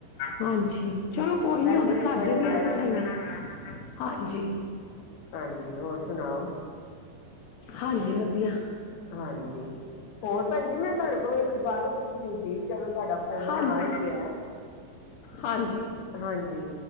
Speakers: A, on the left; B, on the left.
A: ਹਾਂਜੀ ਚਲੋ ਕੋਈ
B: ਪਹਿਲੇ
A: ਨੀ ਸਾਡੇ
B: ਬੜੇ
A: ਵੀ
B: ਆਏ
A: ਇਸ
B: ਦੇ
A: ਤਰ੍ਹਾਂ
B: ਨੇ
A: ਹੀ ਆ ਹਾਂਜੀ।
B: ਹਾਂਜੀ ਹੋਰ ਸੁਣਾਓ।
A: ਹਾਂਜੀ ਵਧੀਆ
B: ਹਾਂਜੀ ਹੋਰ ਭੈਣ ਜੀ ਮੈਂ ਤੁਹਾਡੇ ਕੋਲੋਂ ਇੱਕ ਗੱਲ ਪੁੱਛਣੀ ਸੀ ਚਲੋ ਤੁਹਾਡਾ ਫੋਨ
A: ਹਾਂਜੀ
B: ਆ ਹੀ ਗਿਆ।
A: ਹਾਂਜੀ
B: ਹਾਂਜੀ